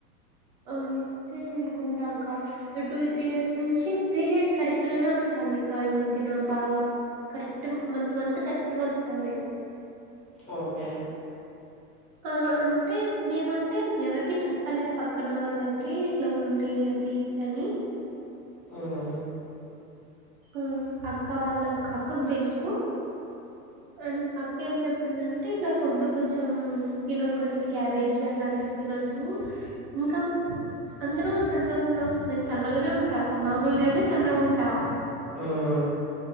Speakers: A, on the right; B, on the left.
A: అంతే అనుకుంట అక్క టూ త్రీ ఇయర్స్ నుంచి పీరియడ్ కరెక్ట్గానే వస్తుంది కా ఈ మధ్యన బాగా కరెక్ట్ ట్ మంత్ మంత్ కరెక్ట్గా వస్తాది
B: ఒకే
A: ఆ అంటే ఏమంటే ఎవరికి చెప్పాలే పక్కన వాళ్ళకి ఇట్లా ఉంది అ ది దని
B: ఉమ్మ్
A: ఉమ్ అక్క వాళ్ళక్ అక్కకు తెలుసు అండ్ అ ఏం చెప్పిందంటే ఇట్లా ఫుడ్ కొంచెం తినకూడంది క్యాబేజీ అట్లాంటివి తినద్దు ఇంకా అందరూ సన్నగున్నవ్ నేను సన్నగనే ఉంటాక్క మామూల్గానే సన్నగఉంటా
B: ఉమ్